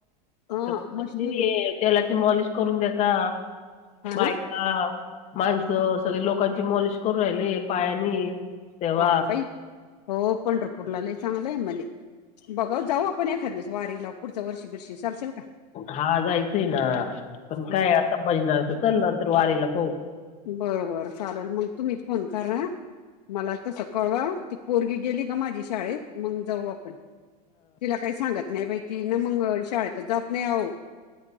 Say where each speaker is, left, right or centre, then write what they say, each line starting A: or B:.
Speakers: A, on the left; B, on the left.
A: हा
B: सग मछली
A: मशनी
B: तेलाची मॉलिश करून देतात.
A: हा
B: बायका
A: ना
B: माणसं सगळे लोकांची मॉलिश करू राहिले पायानी. तेव्हा
A: हा बाई हो पंढरपूरला लई चांगलंय म्हणे. बघा जाऊ आपण एखादवस वारी लाव पुढ वर्ष बरशी सांग.
B: हा जायचंय ना पण
A: हम्म
B: काय आता बजणार तर चल नंतर वारीला पाहु.
A: बरं बरं चालेल मग तुम्ही फोन करा ह मला त स कळवा ती पोरगी गेली का माझी शाळेत. मग जाऊ आपण. तिला काही सांगत नाही बाहि ती ना मग शाळेतच जात नाही आहो.